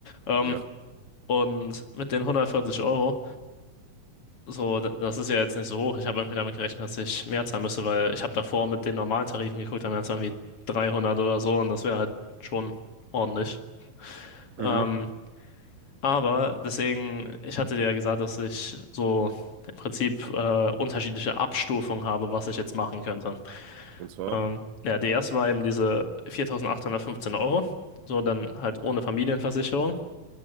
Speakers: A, on the left; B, on the right.
A: Ähm,
B: Ja.
A: und mit den 140 Euro, so, d- das ist ja jetzt nicht so hoch. Ich habe irgendwie damit gerechnet, dass ich mehr zahlen müsste, weil ich habe davor mit den normalen Tarifen geguckt, dann wären es irgendwie 300 oder so und das wäre halt schon ordentlich. Ähm,
B: Mhm.
A: aber deswegen, ich hatte dir ja gesagt, dass ich so im Prinzip äh, unterschiedliche Abstufungen habe, was ich jetzt machen könnte.
B: Und zwar?
A: Ähm, ja, die erste war eben diese 4.815 Euro, so dann halt ohne Familienversicherung.